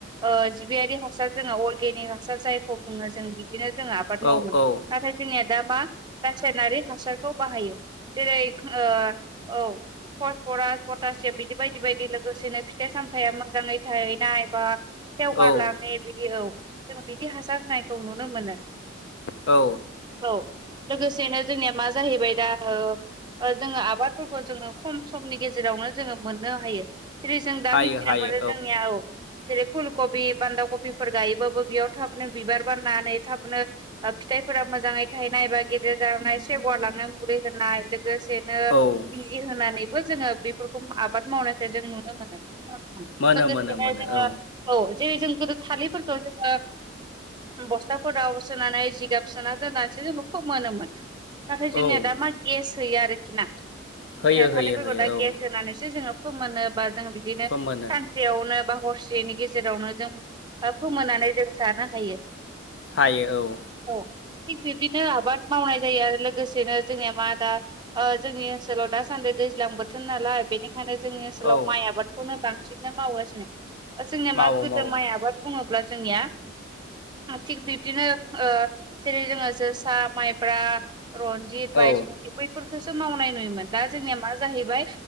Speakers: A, on the right; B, on the left.
A: ओ जिबियारि हासार जोङो अर्गेनिक हासार जायखौ बुङो जों बिदिनो जोंहा आबाद
B: औ
A: मावोमोन।
B: औ
A: नाथाय जोंनिया दा मा रासायनारि हासारखौ बाहायो। जेरै ओ औ फसफरास, पटासियाम बिदि बायदि बायदि लोगोसेनो फिथाइ साम फिथाया मोजाङै थाहैनाय बा सेवगारलाङो
B: औ
A: बिदि औ। जों बिदि हासार होनायखौ नुनो मोनो।
B: औ।
A: औ लोगोसेनो जोंनिया मा जाहैबाय दा ओ जोङो आबादफोरखौ जोङो खम समनि गेजेरावनो जोङो मोननो हायो जेरै जों दा
B: हायो
A: मिथिना
B: हायो
A: मोनो जोंनिया औ जेरै फुलकबि बान्दा खबिफोर गायोबाबो बेयाव थाबनो बिबार बारनानै थाबनो बा फिथाइफोरा मोजाङै थायनाय बा गेदेर जानाय सेवगार लांनो मुरै होनाय लोग गोसेनो
B: औ
A: बि होनानैबो जोङो बेफोरखौ आबाद मावनायखौ जों नुनो मोनो।
B: मोनो
A: लोगोसेनो
B: मोनो मोनो
A: जोङो
B: औ
A: औ जेरै जों गोदो थालिरफोरखौ जोङो बस्थाफोराव सोनानै जिगाब सोना दोननासो जेनबा फोमोनोमोन। नाथाय जोंनिया
B: औ
A: दा मा गेस होयो आरोखि ना जोंनिया
B: होयो होयो
A: थालिरफोरखौ
B: होयो
A: दा
B: औ
A: गेस होनानैसो जोङो खौ मोनोबा जों बिदिनो
B: फोमोनो।
A: हरसेयावनो बा हरसेनि गेजेरावनो जों फोमोनानै जों जानो हायो।
B: फायो औ।
A: औ थिग बिब्दिनो आबाद मावनाय जायो आरो लोगोसेनो जोंनिया मा दा ओ जोंनि ओनसोलाव दासान्दि दैज्लां बोथोर नालाय बेनि जोंनि ओनसोलाव
B: औ
A: माइ आबादखौनो बांसिननो मावगासिनो। ओ जोंनिया
B: मावो
A: मा गोदो
B: मावो
A: माइ आबाद बुङोब्ला जोंनिया थिग बिब्दिनो ओ जेरै जोङो जोसा, माइब्रा रनजित बायसमति
B: औ
A: बैफोरखौसो मावनाय नुयोमोन। दा जोंनिया मा जाहैबाय